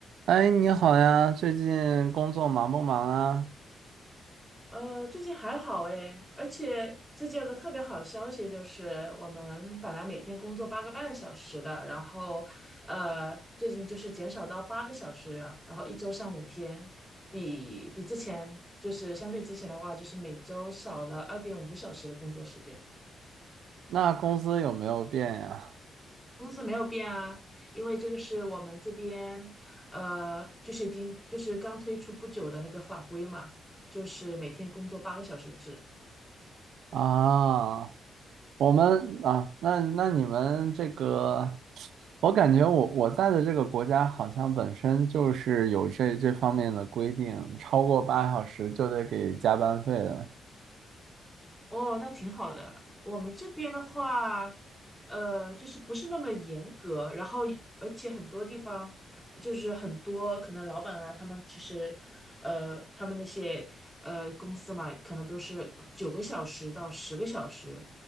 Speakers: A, on the right; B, in the centre.
A: 哎，你好呀，最近工作忙不忙啊？
B: 呃，最近还好诶，而且最近有个特别好消息，就是我们本来每天工作八个半小时的，然后，呃，最近就是减少到八个小时了然后一周上五天，比比之前就是相对之前的话，就是每周少了二点五小时的工作时间，
A: 那工资有没有变呀？
B: 工资没有变啊，因为这个是我们这边，呃，就是已经就是刚推出不久的那个法规嘛，就是每天工作八个小时制。
A: 啊，我们啊，那那你们这个，我感觉我我在的这个国家好像本身就是有这这方面的规定，超过八小时就得给加班费的。
B: 哦，那挺好的。我们这边的话，呃，就是不是那么的严格，然后而且很多地方就是很多可能老板啊，他们其实，呃，他们那些呃公司嘛，可能都是九个小时到十个小时，